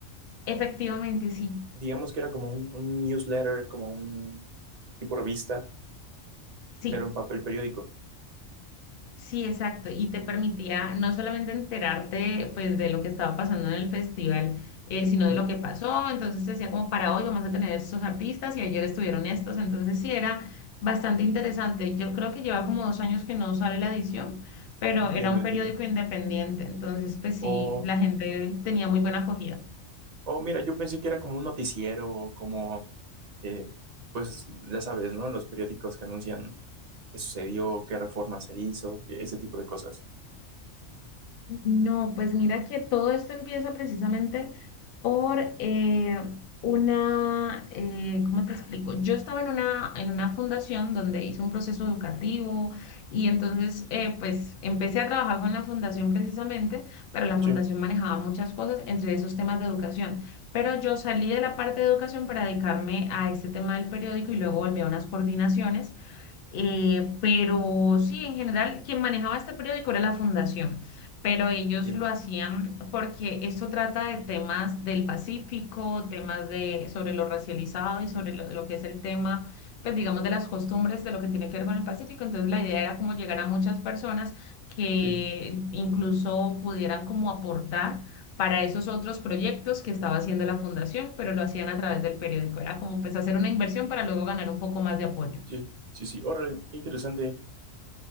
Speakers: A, on the left (about 60°); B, on the right (about 45°).
A: efectivamente, sí,
B: Digamos que era como un, un newsletter, como un tipo revista
A: sí,
B: pero en papel periódico.
A: sí, exacto. Y te permitía no solamente enterarte pues de lo que estaba pasando en el festival, eh, sino
B: Ujú.
A: de lo que pasó. Entonces decía como para hoy vamos a tener estos artistas y ayer estuvieron estos. Entonces sí, era bastante interesante. Yo creo que lleva como dos años que no sale la edición. pero
B: Entiendo,
A: era un
B: entiendo.
A: periódico independiente, entonces pues sí,
B: O,
A: la gente tenía muy buena acogida.
B: o mira, yo pensé que era como un noticiero o como, eh, pues ya sabes, ¿no? Los periódicos que anuncian qué sucedió, qué reforma se hizo, que ese tipo de cosas.
A: No, pues mira que todo esto empieza precisamente por eh, una, eh, ¿cómo te explico? Yo estaba en una, en una fundación donde hice un proceso educativo y entonces eh, pues empecé a trabajar con la fundación precisamente, pero la fundación
B: Sí,
A: manejaba muchas cosas, entre esos temas de educación. Pero yo salí de la parte de educación para dedicarme a este tema del periódico y luego volví a unas coordinaciones. Eh, pero sí, en general, quien manejaba este periódico era la fundación, pero ellos
B: entiendo.
A: lo hacían porque esto trata de temas del Pacífico, temas de, sobre lo racializado y sobre lo, lo que es el tema, pues digamos, de las costumbres de lo que tiene que ver con el Pacífico. Entonces, la idea era como llegar a muchas personas que
B: Sí,
A: incluso pudieran como aportar para esos otros proyectos que estaba haciendo la fundación, pero lo hacían a través del periódico. Era como pues hacer una inversión para luego ganar un poco más de apoyo.
B: sí, sí, sí. Órale, qué interesante.